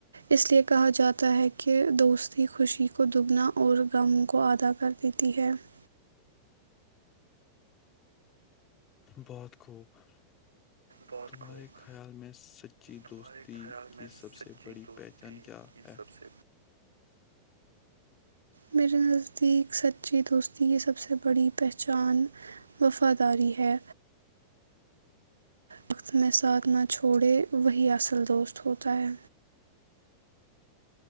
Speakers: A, on the right; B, on the left.
A: اس لئے کہا جاتا ہے کہ دوستی خوشی کو دگنا اور غم کو ادا کر دیتی ہے <unintelligible>
B: بہت خوب <unintelligible>
A: بہت
B: تمہارے
A: خوب
B: خیال میں <unintelligible> سچی
A: ہمارے
B: دوستی
A: خیال
B: کی
A: میں
B: سب
A: سچی
B: سے بڑی
A: دوستی
B: پہچان کیا
A: کی
B: ہے
A: سب سے میرے نزدیک سچی دوستی یہ سب سے بڑی پہچان وفاداری ہے وقت میں ساتھ نہ چھوڑے وہی اصل دوست ہوتا ہے